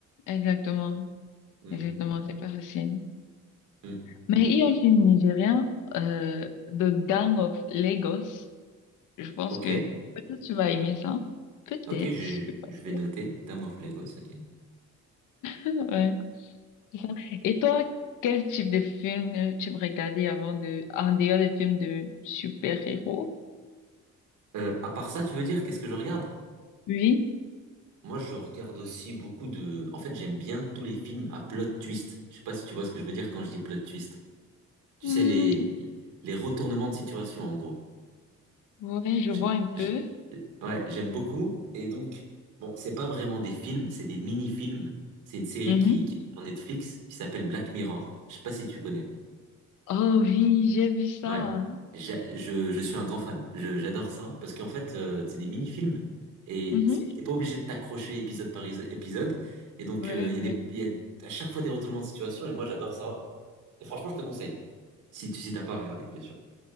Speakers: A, on the left (about 85°); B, on the right (about 85°).
A: exactement.
B: Hmm,
A: Exactement, c'est pas facile.
B: hmm.
A: Mais il y a un film nigérien euh, The Gang of Lagos. Je pense
B: Ok,
A: que peut-être tu vas aimer ça. Peut-être.
B: ok, je
A: je suis pas
B: je vais
A: sûre.
B: noter. Dame of Lagos, ok.
A: Ouais, c'est ça. Et toi, quel type de film euh, tu me regardais avant de, en dehors des films de super-héros?
B: Euh, à part ça, tu veux dire qu'est-ce que je regarde?
A: Oui.
B: Moi, je regarde aussi beaucoup de. En fait, j'aime bien tous les films à plot twist. Je sais pas si tu vois ce que je veux dire quand je dis plot twist. Tu
A: Hmm,
B: sais les les retournements de situation en gros.
A: ouais, je
B: Je-
A: vois un peu.
B: je- ouais, j'aime beaucoup. Et donc, bon, c'est pas vraiment des films, c'est des mini-films. C'est une série
A: Mhm.
B: qui, qui est sur Netflix qui s'appelle Black Mirror. Je sais pas si tu connais.
A: Oh oui, j'ai vu ça.
B: Ouais. J'a- Je, je suis un grand fan. Je- j'adore ça parce qu'en fait, euh, c'est des mini-films et
A: Mhm.
B: c'est- t'es pas obligé de t'accrocher épisode par iso- épisode. Et donc,
A: Ouais,
B: euh, il y a
A: ouais.
B: des, il y a à chaque fois des retournements de situation et moi, j'adore ça. Et franchement, je te conseille. Si tu, si t'as pas regardé, bien sûr.